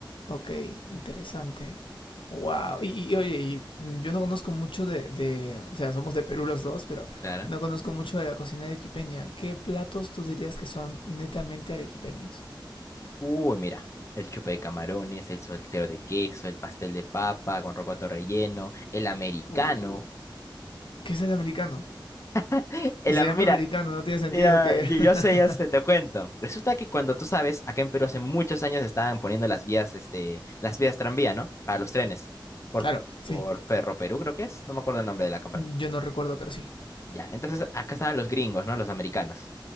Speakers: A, on the left; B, on the left.
A: Ok, interesante. Wow. Y, y, oye, y yo no conozco mucho de, de- o sea, somos de Perú los dos, pero
B: Claro.
A: no conozco mucho de la cocina arequipeña. ¿Qué platos tú dirías que son netamente arequipeños?
B: Uy, mira, el chupe de camarones, el soltero de queso, el pastel de papa con rocoto relleno, el americano.
A: Uh, ¿qué es el americano?
B: <laughs> El,
A: Se
B: am-
A: llama
B: mira,
A: americano, no tiene sentido
B: mira,
A: que...
B: yo,
A: <laughs>
B: yo sé, ya sé, te cuento. Resulta que cuando tú sabes, acá en Perú hace muchos años estaban poniendo las vías, este, las vías tranvía, ¿no? Para los trenes. Por,
A: Claro, sí.
B: por Ferroperú, creo que es. No me acuerdo el nombre de la campaña.
A: Yo no recuerdo, pero sí.
B: Ya, entonces acá estaban los gringos, ¿no? Los americanos.